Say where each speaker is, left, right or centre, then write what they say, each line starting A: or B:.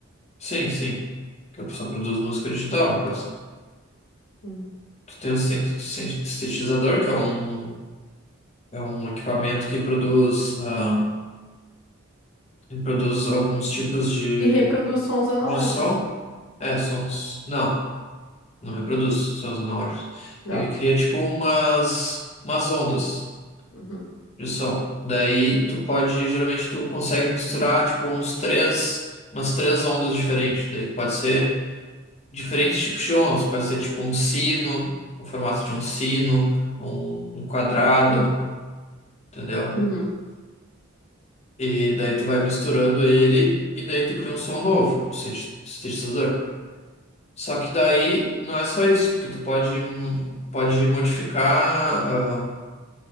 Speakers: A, on the left (about 35°); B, on the left (about 70°).
A: Sim, sim. Que a pessoa produz música digital, no caso.
B: Hum.
A: Tu tem um sin- sin- sintetizador, que é um, é um equipamento que produz, ah, que produz alguns tipos de,
B: Que reproduz sons analógicos,
A: de som. É, sons. Não. Não reproduz sons analógicos.
B: não?
A: Ele cria tipo umas, umas ondas
B: Uhum.
A: de som. Daí tu pode, geralmente tu consegue misturar tipo uns três, umas três ondas diferentes. Daí pode ser diferentes tipos de ondas. Pode ser tipo um sino, o formato de um sino, um, um quadrado,
B: Uhum.
A: entendeu?
B: Uhum.
A: E daí tu vai misturando ele e daí tu cria um som novo do sinte- sintetizador. Só que daí não é só isso, porque tu pode, hum, pode modificar. ah,